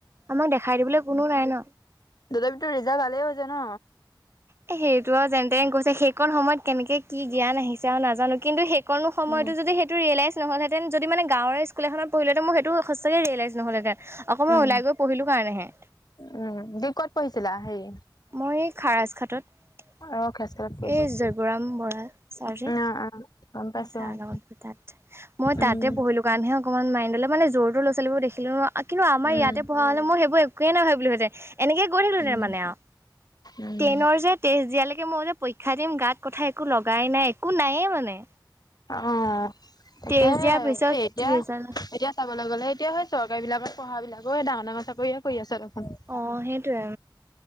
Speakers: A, on the right; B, on the left.
A: আমাক দেখাই দিবলৈ কোনোও নাই ন
B: দুটা মিিতৰ নিৰিজা গালেইও জান
A: সেইটো আৰু যেনে তে কৈছে সেইখন সময়ত কেনেকে কি জ্ঞান আহিছে আৰু নাজানো কিন্তু সেই কোনো সময়টো
B: উম,
A: যদি সেইটো ৰিয়েলাইজ নহলহেঁতে যদি মানে গাঁৰ্কুল এখনতঢ়িলতে ম সেইটো সঁচাকে য়লাই নহলেহেনকমান
B: উম।
A: ওলাই গৈ পঢ়িলো কাৰণেহে
B: উম দি ক'ত পঢ়িছিলা সেই
A: মই খাৰ ঘাটত
B: অ', খেজকালত পঢ়িছিলা।
A: এই জয়গৰাম বৰা ছাৰ যে
B: অ', অ', গম পাইছোঁ
A: ছাৰ
B: অ',
A: লগত তাত মই তাতে
B: উম,
A: পঢ়িলো দোকানহে অকণমান মাইণ্ড' মানেোৰৰটো ল' ছোৱালব দেিলো ন কিন্ত আম
B: উম,
A: ইয়াতে পা হ'লে মইেইবোৰ কোৱে নাাবোহেতে এনেকেৈিলোহঁতে
B: উম,
A: মানে আৰু
B: উম।
A: টেইনৰ যে টেষ্ট দিয়ালৈকে মই ম পৰীক্ষা দিম গাত কথা একো লগাই নাই একো নাইয়ে মানে
B: অ তাকে
A: টেষ্ট দিয়াৰ পিছত
B: এ এতিয়া
A: ৰিজাল্ট
B: এতিয়া চাবলৈ গ'লে এতিয়া হয় চৰকাৰী বিলাকৰ পঢ়া বিাককে ডাঙৰাঙৰ চাকৰিয়ে কৰি আছে তখ
A: অ সেইটোৱে